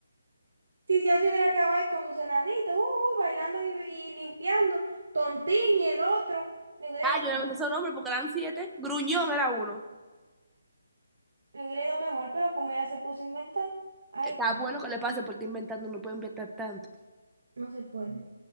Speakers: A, on the right (about 70°); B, in the centre.
A: Si ya se hubiera quedado ahí con sus enanitos, uh, uh, bailando y, y limpiando, Tontín y el otro, le hubiera
B: Ah,
A: ido
B: yo
A: mejor.
B: no me sé esos nombres porque eran siete. Gruñón era uno.
A: Le hubiera ido mejor, pero como ella se puso a inventar, ahí
B: Está
A: está,
B: bueno que le pase por porque inventando, no puede inventar tanto.
A: no se puede.